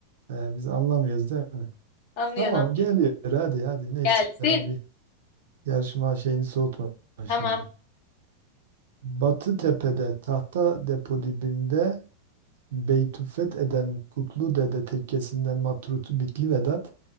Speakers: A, on the right (about 55°); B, on the left (about 45°).
A: E, biz anlamıyoruz değil mi?
B: anlıyorum
A: Tamam geliyor hadi hadi neyse
B: Gelsin.
A: hadi bir yarışma şeyini soğutma
B: Tamam.
A: şimdi. Batı Tepe'de tahta depo dibinde Beytü fetheden putlu dede tekkesinden matrutu bitli Vedat,